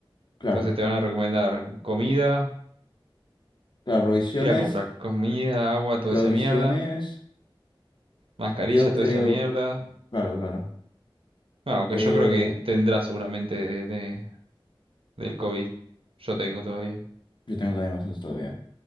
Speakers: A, on the left; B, on the right.
A: claro.
B: Entonces te van a recomendar comida,
A: Claro, provisiones,
B: ir a comprar comida, agua, toda
A: provisiones,
B: esa mierda. mascarilla,
A: yo
B: toda
A: creo.
B: esa mierda.
A: Claro, claro.
B: Bueno, aunque
A: Eh,
B: yo creo que tendrá seguramente de, de- del COVID. Yo tengo todavía.
A: yo tengo también bastantes todavía.